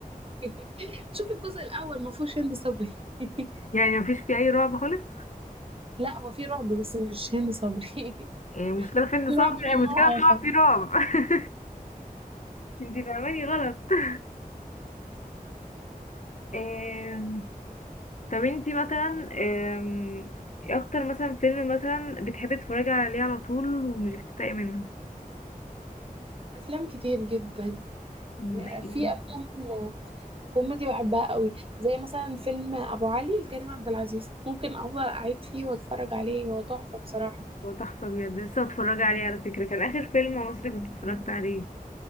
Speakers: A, on the right (about 40°); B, on the left (about 55°).
A: <laughs> شوف الجزء الاول ما فيهوش هند صبري <laughs>
B: <laughs> يعني مفيش فيه اي رعب خالص
A: لا هو في رعب بس مش هند صبري <laughs>
B: إيه، المشكلة في ان
A: في
B: صبري
A: رعب من
B: يعني المشكلة
A: نوع
B: ان
A: آخر
B: هو في رعب <laughs> انت فاهماني غلط <laughs> آم، طب انتي مثلا آم، ايه اكتر مثلا فيلم مثلا بتحبي تتفرجي عليه على طول ومش بتتضايقي منه
A: افلام كتير جدا
B: مم، زي
A: في
B: ايه
A: افلام كوميدي بحبها قوي زي مثلا فيلم ابو علي لكريم عبد العزيز ممكن افضل اعيد فيه واتفرج عليه هو تحفة بصراحة
B: هو تحفة بجد لسه متفرجة عليه على فكرة كان آخر فيلم مصري كنت اتفرجت عليه